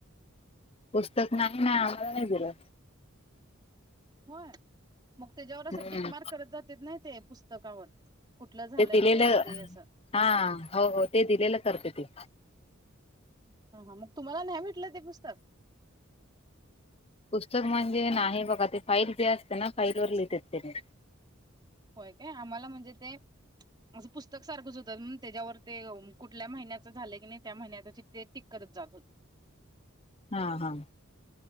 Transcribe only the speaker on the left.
पुस्तक नाही नाही आला नाही तुला....
हम्म
ते दिलेलं
हा हो हो ते दिलेलं करते ते....
पुस्तक म्हणजे नाही बघा ते फाईल जे असते ना फाईल वर लिहितात त्याने....
हा हा....